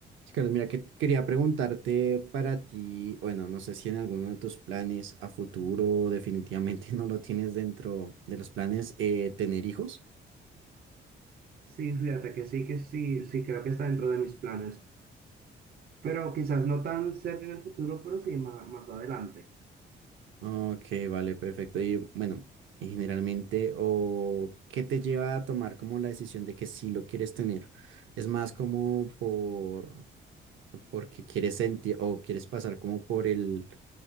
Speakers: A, on the right; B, on the right.
A: Sí, Carlos, mira, que quería preguntarte para ti, bueno, no sé si en alguno de tus planes a futuro definitivamente <laughs> no lo tienes dentro de los planes, eh, tener hijos.
B: Sí, fíjate que sí, que sí, sí creo que está dentro de mis planes, pero quizás no tan cerca en el futuro, pero sí más, más adelante.
A: Ok, vale, perfecto. Y bueno, y generalmente, ¿o qué te lleva a tomar como la decisión de que sí lo quieres tener? ¿Es más como por, porque quieres sentir o quieres pasar como por el,